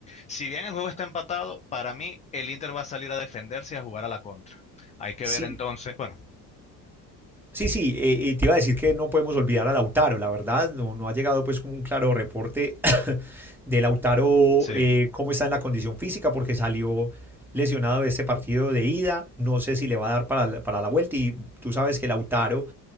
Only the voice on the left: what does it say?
si bien el juego está empatado, para mí el Inter va a salir a defenderse y a jugar a la contra. Hay que
ver entonces, bueno,
sí.